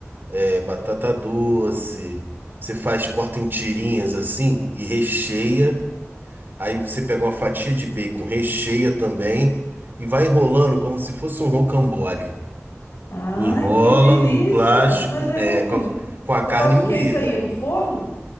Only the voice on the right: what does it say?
é, batata doce. Você faz, corta em tirinhas assim e recheia. Aí você pega uma fatia de bacon, recheia também e vai enrolando como se fosse um rocambole.
Enrola
no plástico,
é,
com a, com a carne
moída.